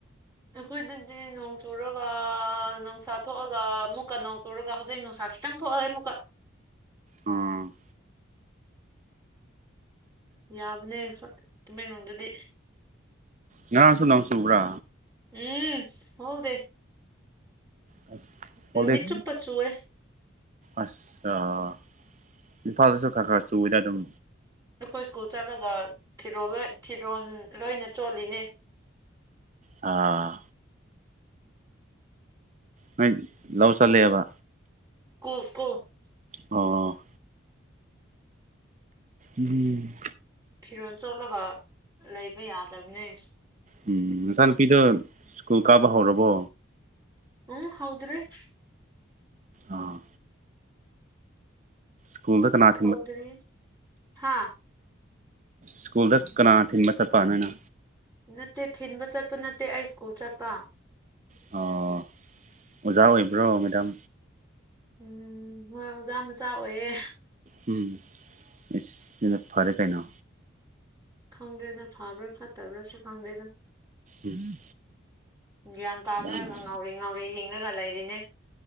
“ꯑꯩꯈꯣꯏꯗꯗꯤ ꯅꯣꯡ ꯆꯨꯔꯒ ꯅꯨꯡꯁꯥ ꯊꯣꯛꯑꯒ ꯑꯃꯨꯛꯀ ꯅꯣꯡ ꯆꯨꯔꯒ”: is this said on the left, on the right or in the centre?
Right